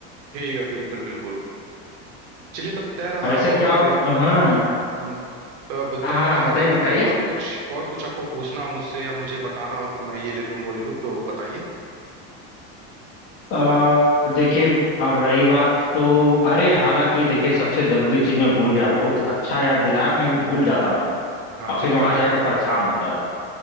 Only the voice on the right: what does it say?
ठीक है बिल्कुल बिल्कुल चलिए तब तय रहा
और
हम्म, तब
तय रहा
और
और कुछ और कुछ आपको पूछना हो मुझसे या मुझे बताना हो कि मैं ये ले लूँ वो ले लूँ तो बताइए
हाँ
जी
बताइए